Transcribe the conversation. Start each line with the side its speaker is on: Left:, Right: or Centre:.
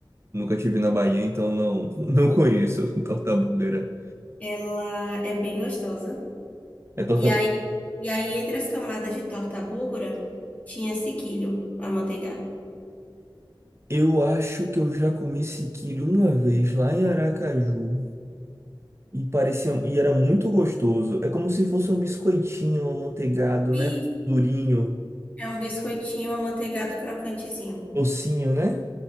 Right: nunca tive na Bahia, então não, <laughs> não conheço torta búlgara.
Left: Ela é bem gostosa.
Right: É torta
Left: E aí,
Right: bú-
Left: e aí entre as camadas de torta búlgara, tinha sequilho, amanteigado.
Right: Eu acho que eu já comi sequilho uma vez lá em Aracaju e parecia e era muito gostoso. É como se fosse um biscoitinho amanteigado,
Left: Isso.
Right: né? Durinho,
Left: É um biscoitinho amanteigado crocantezinho.
Right: docinho, né?